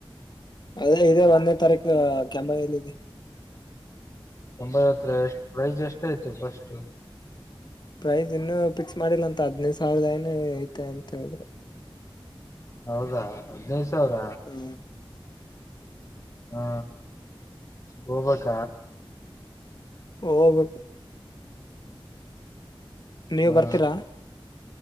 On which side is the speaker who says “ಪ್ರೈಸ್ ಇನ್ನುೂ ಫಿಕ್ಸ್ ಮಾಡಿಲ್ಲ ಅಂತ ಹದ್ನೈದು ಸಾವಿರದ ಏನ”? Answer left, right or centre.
Left